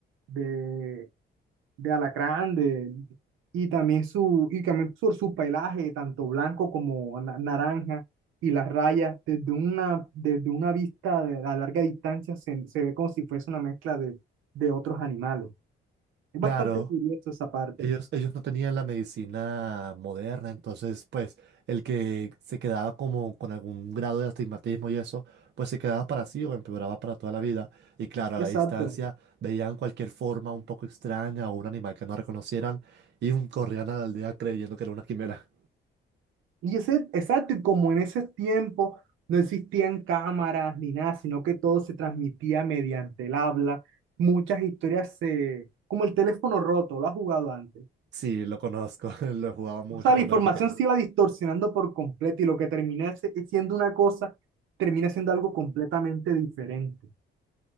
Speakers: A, on the right; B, on the right.
A: de de alacrán, de, y también su, y también por su pelaje, tanto blanco como na- naranja, y las rayas, desde una, desde una vista de, a larga distancia se, se ve como si fuese una mezcla de, de otros animales. Es
B: Claro,
A: bastante curioso esa parte.
B: Ellos, ellos no tenían la medicina moderna, entonces pues el que se quedaba como con algún grado de astigmatismo y eso, pues se quedaba para sí o empeoraba para toda la vida. Y claro, a
A: Exacto.
B: la distancia veían cualquier forma un poco extraña o un animal que no reconocieran y um, corrían a la aldea creyendo que era una quimera.
A: Y ese, exacto, y como en ese tiempo no existían cámaras ni nada, sino que todo se transmitía mediante el habla, muchas historias se... como el teléfono roto, ¿lo has jugado antes?
B: Sí, lo conozco, <laughs> lo jugaba mucho
A: O sea,
B: cuando
A: la información
B: era pequeño.
A: se iba distorsionando por completo y lo que termina se- siendo una cosa, termina siendo algo completamente diferente.